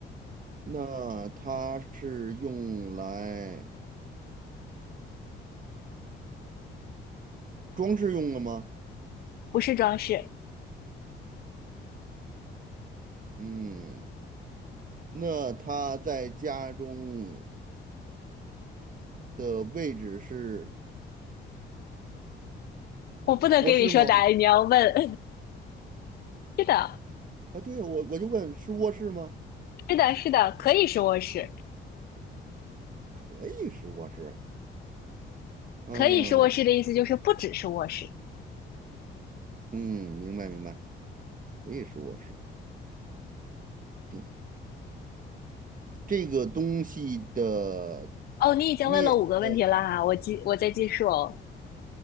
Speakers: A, on the right; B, on the left.
A: 那它是用来装饰用的吗？
B: 不是装饰。
A: 嗯，那他在家中的位置是
B: 我不能给你说答案，
A: 卧室吗？
B: 你要问。<laughs> 是的，
A: 啊，对呀，我我就问是卧室吗？
B: 是的，是的，可以说是卧室。
A: 可以是卧室。嗯
B: 可以是卧室的意思就是不只是卧室。
A: 嗯，明白明白，可以是卧室。对，这个东西的
B: 哦，你已经问了五个问题了哈，
A: 面，呃，
B: 我记我在记数哦。